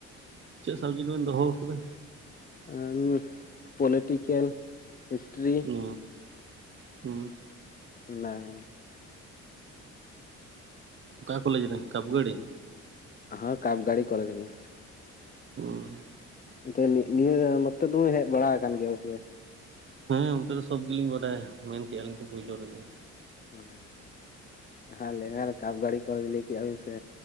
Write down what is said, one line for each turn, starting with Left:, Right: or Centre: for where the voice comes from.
Right: ᱪᱮᱫ ᱥᱚᱵᱡᱮᱴ ᱵᱤᱱ ᱫᱚᱦᱚ ᱠᱟᱫᱟ
Left: ᱩᱸᱻᱦᱜ ᱯᱚᱞᱮᱴᱤᱠᱮᱞ ᱦᱤᱥᱴᱨᱤ
Right: ᱩᱸᱻ ᱩᱜ
Left: ᱚᱱᱟᱜᱮ
Right: ᱚᱠᱟ ᱠᱚᱞᱮᱡᱽ ᱨᱮ ᱠᱟᱯᱜᱟᱲᱤ
Left: ᱦᱮᱸ ᱠᱟᱯᱜᱟᱲᱤ ᱠᱚᱞᱮᱡ ᱨᱮᱜᱮ
Right: ᱩᱸ
Left: ᱱᱮ ᱱᱤᱭᱟᱹ <inaudible> ᱱᱚᱛᱮ ᱫᱚᱢᱮ ᱦᱮᱡ ᱵᱟᱲᱟ ᱟᱠᱟᱱ ᱜᱮᱭᱟ ᱛᱚᱵᱮ
Right: ᱦᱮᱸ ᱚᱱᱛᱮ ᱫᱚ ᱥᱚᱵᱽ ᱜᱮᱞᱤᱧ ᱵᱟᱰᱟᱭᱟ ᱢᱮᱱ ᱠᱮᱜ-ᱟ ᱞᱤᱧ ᱛᱚ ᱯᱳᱭᱞᱳ ᱨᱮᱜᱮ
Left: ᱳᱜ ᱦᱮᱸ ᱞᱮᱭᱟᱞ ᱠᱟᱯ ᱜᱟᱹᱲᱤ ᱠᱚ ᱞᱟᱹᱭ ᱠᱮᱫᱼᱟ ᱵᱤᱱ ᱥᱮ